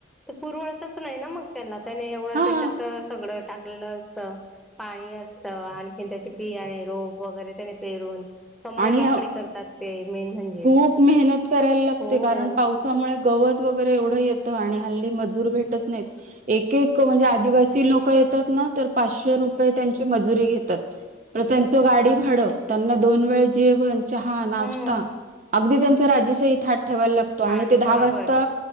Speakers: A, in the centre; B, on the right.
A: ते पुरवळतच नाही ना मग त्याला त्याने एवढं
B: हा
A: त्याच्यात सगळं टाकलेलं असत पाणी असतं, आणखीन त्याचे बियाने रोप वगैरे त्याने पेरून कंबर
B: आणि
A: वाकडी करतात ते मेन म्हणजे
B: खूप मेहनत करायला लागते
A: हो
B: कारण पावसामुळे गवत वगैरे एवढं येतं आणि हल्ली मजूर भेटत नाहीत. एक एक म्हणजे आदिवासी लोक येतात ना तर पाचशे रुपये त्यांची मजुरी घेतात तर त्यांचं गाडी भाड त्यांना दोन वेळ जेवण, चहा, नाश्ता
A: हम्म
B: अगदी त्यांच राजेशाही थात ठेवायला लागतो आणि
A: आठ
B: ते दहा
A: बरोबर
B: वाजता